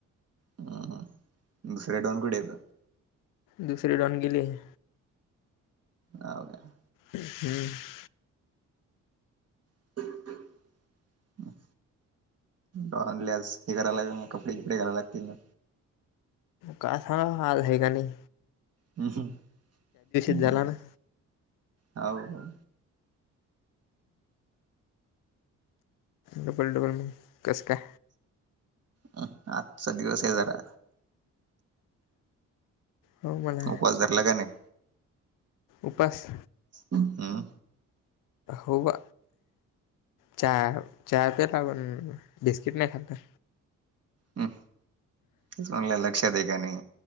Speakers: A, on the right; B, on the left.
A: हम्म हम्म, दुसऱ्या डॉन कुठे येत?
B: दुसरी डॉन गेली आहे.
A: हाव काय?
B: हम्म ह.
A: <unintelligible> डॉनले आज हे कराय लागलन, कपडे बीपडे घालायला लागतील ना
B: काय सांगाव आज हाय का नही.
A: हम्म ह,
B: झाला ना
A: हाव का
B: डबल डबल मंग, कस काय?
A: हं, आजचा दिवस हे जरा
B: हो म्हणा
A: उपवास धरला का नाही?
B: उपास
A: अं,
B: हो बा, चाय चाय पेता पण बिस्किट नाही खाल्लत
A: हम्म, तेच म्हंटल लक्षात हे का नाही.